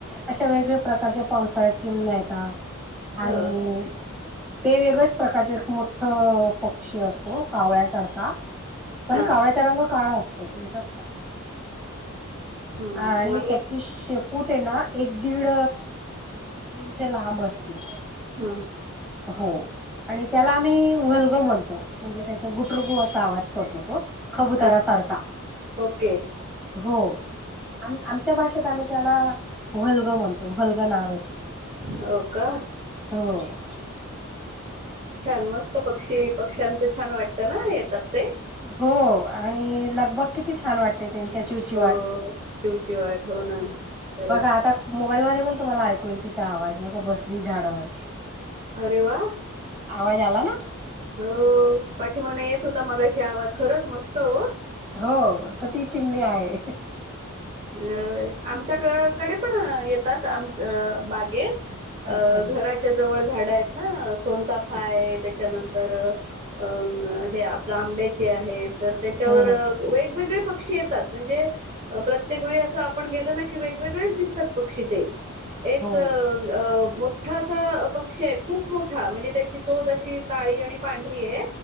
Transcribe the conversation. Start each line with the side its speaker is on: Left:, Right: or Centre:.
Centre: अशा वेगवेगळ्या प्रकारच्या पावसाळ्यात चिमन येतात आणि
Right: हो
Centre: ते वेगळच प्रकारचे खूप मोठ पक्षी असतो कावळ्यासारखा पण
Right: हा
Centre: कावळ्याचा रंग काळा असतो च्या
Right: हम्म
Centre: आणि
Right: मला
Centre: त्याची शेपूटेना एक दीड इंच लांब असतील
Right: हम
Centre: हो आणि त्याला आम्ही वलग म्हणतो म्हणजे त्याचा गुटरुगू असा आवाज करतो तो कबुतरा
Right: हा
Centre: सारखा
Right: ओके
Centre: हो आ आमच्या भाषेत आम्ही त्याला हुहलग म्हणतो हहलग नाव येतो
Right: हो का
Centre: हो
Right: छान मस्त पक्षी पक्ष्यांचं छान वाटत ना येतात ते
Centre: हो आणि लगभग किती छान वाटत त्यां चची
Right: हो
Centre: वाट
Right: चिवचिवाट हो ना खरंच
Centre: बघा आता मोबाल म पण तुम्हाला ऐकूल तिचा आवाज बघ बसली झाडावर
Right: अरे वा
Centre: आवाज आला ना
Right: हो पाठीमाने येत होता मगाशी आवाज खरच मस्त हो
Centre: हो तर ती चिमणी आहे
Right: अ आमच्याकडे पण येतात आम बागेत
Centre: अच्छा
Right: अ घराच्या जवळ झाडं आहेत ना सोनचाफ
Centre: अच्छा
Right: आहे त्याच्यानंतर तर अं हे आपल्या आंब्याचे आहेत तर त्याच्यावर
Centre: हम् हम
Right: वेगवेगळे पक्षी येतात म्हणजे प्रत्य ते वळी असं आपण गेल ना की वेगवेगळेच दिसतात पक्षी ते एक
Centre: हो
Right: अ मोठाा पक्षी आहे खूप मोठा म्हणजे त्याची चोच अशी काळी आणि पांढरी आहे